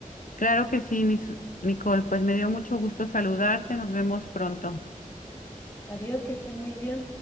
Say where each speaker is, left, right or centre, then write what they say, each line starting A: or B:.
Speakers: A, on the left; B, on the left.
A: Claro que sí, Nis- Nicole, pues me dio mucho gusto saludarte, nos vemos pronto.
B: Adiós, que estés muy bien.